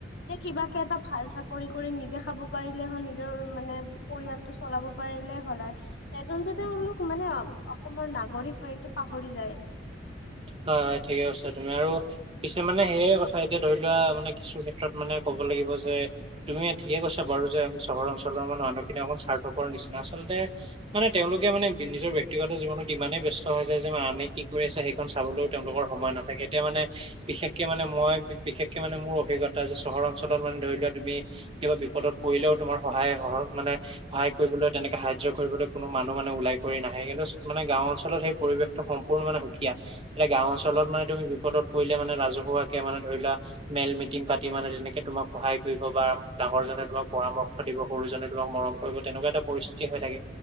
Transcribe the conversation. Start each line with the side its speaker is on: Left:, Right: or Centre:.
Left: যে কিবাকে এটা ভাল চাকৰি কৰি নিজে খাব পাৰিলে হ'ল নিজৰ মানে পৰিয়ালটো চলাব পাৰিলে হ'ল আৰু। এজন যে তেওঁলোক মানে অসমৰ নাগৰিক হয় এইটো পাহৰি যায়।
Right: হয়, হয়, ঠিকে কছা তুমি আৰু পিছে মানে সেয়ে কথা এতিয়া ধৰি লোৱা মানে কিছু ক্ষেত্ৰত মানে ক'ব লাগিব যে তুমি ঠিকে কৈছ বাৰু যে চহৰ অঞ্চলৰ মানে মানুহখিনি অকণ স্বাৰ্থকৰ নিচিনা। আচলতে মানে তেওঁলোকে মানে নিজৰ ব্যক্তিগত জীৱনত ইমানেই ব্যস্ত হৈ যায় যে মা আনে কি কৰি আছে চাবলৈও তেওঁলোকৰ সময় নাথাকে। এতিয়া মানে বিশেষকে মানে মই বিশেষকে মানে মোৰ অভিজ্ঞতা যে চহৰ অঞ্চলত মানে ধৰি লোৱা তুমি কিবা বিপদত পৰিলেও তোমাৰ সহায় সহ মানে সহায় কৰিবলৈ তেনেকে সাহায্য কৰিবলৈ কোনো মানুহ মানে ওলাই কৰি নাহে। কিন্তু মানে গাঁও অঞ্চলত সেই পৰিৱেশ সম্পূৰ্ণ মানে সুকীয়া এতিয়া গাওঁ অঞ্চলত মানে তুমি বিপদত পৰিলে মানে ৰাজহুৱাকে মানে ধৰি লোৱা মেইেল মিটিং পাতি মানে তেনেকে তোমাক সহায় কৰিব বা ডাঙৰজনে তোমাক পৰামৰ্শ দিব সৰুজনে তোমাক মৰম কৰিব তেনেকুৱা এটা পৰিস্থিতি হৈ থাকে।